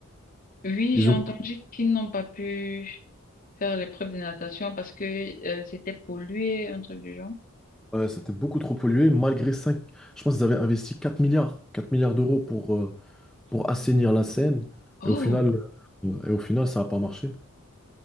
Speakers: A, on the left; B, in the centre.
A: Oui,
B: ils
A: j'ai entendu
B: ont...
A: qu'ils n'ont pas pu faire l'épreuve de natation parce que euh, c'était pollué, un truc du genre.
B: Ouais, c'était beaucoup trop pollué, malgré 5 Je pense qu'ils avaient investi quatre milliards, 4 milliards d'euros pour, euh, pour assainir la Seine,
A: Oh,
B: et au final, euh, et au final ça n'a pas marché.